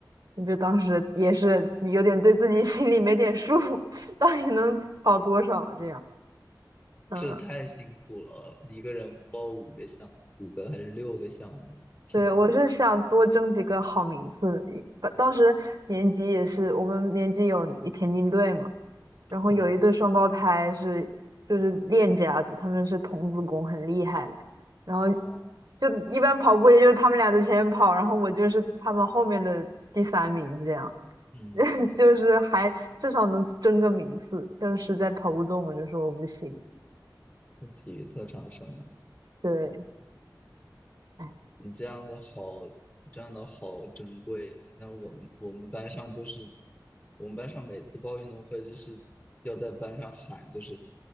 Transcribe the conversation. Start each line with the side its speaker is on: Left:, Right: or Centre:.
Right: 我就当时也是有点对自己 <laughs> 心里没点数，<laughs> 到底能跑多少啊这样。嗯，
Left: 这太辛苦了，一个人报五个项，五个还是六个项目？天呐，
Right: 对，我是想多争几个好名次。一当时年级也是我们年级有田径队嘛。然后有一对双胞胎是就是练家子，
Left: 嗯，
Right: 他们是童子功，很厉害。然后
Left: 哦。
Right: 就一般跑步，也就是他们俩在前面跑，然后我就是他们后面的第三名，这样
Left: 嗯，
Right: <laughs> 就是还至少能争个名次。但是在跑步中，我就说我不行。
Left: 那体育特长生，
Right: 对，哎，
Left: 你这样的好，这样的好珍贵啊。那我们我们班上就是，我们班上每次报运动会就是要在班上喊，就是